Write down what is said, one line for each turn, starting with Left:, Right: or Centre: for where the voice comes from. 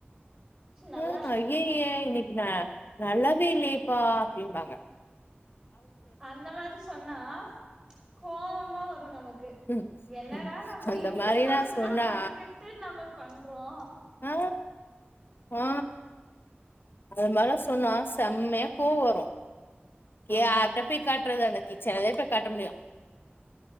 Right: நல்லா
Left: ஆ ஐய்யய்ய இன்னக்கி ந நல்லாவே இல்லையப்பா அப்டிம்பாங்க
Right: அந்த மாரி சொன்னா கோவமா வரு நமக் கு
Left: ம்,
Right: என்னடா
Left: ம்.
Right: நம்ம
Left: அந்த
Right: இவங்களுக்கொசரந்
Left: மாதிரிலாம் சொன்னா
Right: தா மெனக்கெட்டு நம்ம பண்றோ
Left: ஆ ஆ அது மார்லா சொன்னா செம்மையா கோவ வரு யார்ட்ட
Right: ஆமா
Left: போய் காட்றது கிச்சன்லதே போய் காட்ட முடியு